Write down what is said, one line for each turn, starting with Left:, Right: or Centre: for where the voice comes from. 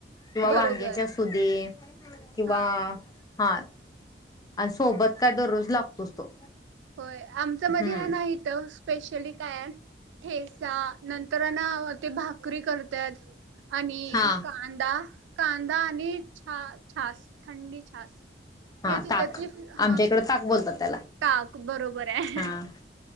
Left: किंवा
Right: बरोबर
Left: वांग्याची असुदे, किंवा
Right: हा
Left: हांत, आइन् सोबत काय दररोज लागतोच तो.
Right: होय, आमच्या
Left: हम्म.
Right: मधी हाय ना हीतं स्पेशली काय ठेस् चा, नंतर आएना ते भाकरी करत्यात. आणि
Left: हा
Right: कांदा कांदा आणि छा छास थंडी छास.
Left: हां
Right: हेच
Left: ताक
Right: त्याची हा
Left: आमच्या इकडे ताक बोलतात. त्याला
Right: 'ताक' बरोबर आय.
Left: हा.